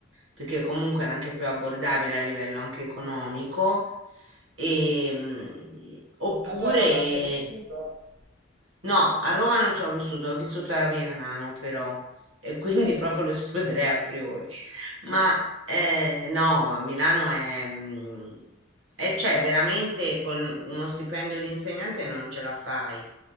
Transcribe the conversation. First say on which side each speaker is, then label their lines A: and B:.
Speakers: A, on the right; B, on the right.
A: perché comunque è anche più abbordabile a livello anche economico, e, mm, oppure
B: Ma tu a Roma ci hai vissuto?
A: No, a Roma non ci ho vissuto, ho vissuto a Milano però, e <laughs> quindi
B: Ok.
A: proprio lo escluderei a priori. <laughs> Ma eh, no, Milano è, mm, e cioè veramente con uno stipendio di insegnante non ce la fai,